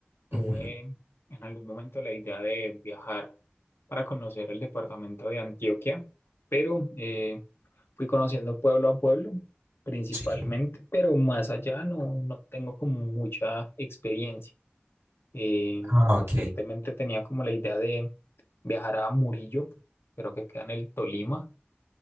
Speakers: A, on the left; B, on the right.
A: Tuve
B: Ujú,
A: en algún momento la idea de viajar para conocer el departamento de Antioquia, pero eh, fui conociendo pueblo a pueblo principalmente,
B: Sí.
A: pero más allá no, no tengo como mucha experiencia. Eh,
B: Ah,
A: recientemente
B: ok.
A: tenía como la idea de viajar a Murillo, creo que queda en el Tolima